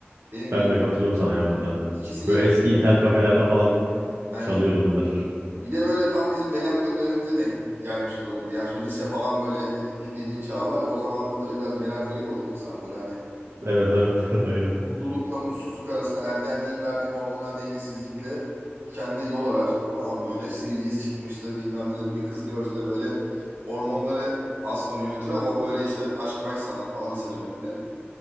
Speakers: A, on the right; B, on the right.
A: Benim
B: Ben
A: gözüm
B: de katılıyorum sana ya bunda.
A: ikisinin
B: Böyle eski internet kafelerde falan
A: aynen.
B: çalıyordu bunlar.
A: Bir de böyle tam bizim melankoli dönemimize denk gelmiş de olabilir. Yani sonra lise falan böyle dinlediğin çağlar o zaman da böyle biraz melankolik olur insan böyle hani
B: Evet evet <laughs> aynen.
A: mutlulukla mutsuzluk arasında ergenliğin verdiği hormonal dengesizlikle kendine yol arar falan böyle. Seviyeceğiz çıkmıştır bilmem nedir. Bir kız görse böyle hormonları aslında onu yönetir ama o böyle işte aşk bak sanar falan lise döneminde.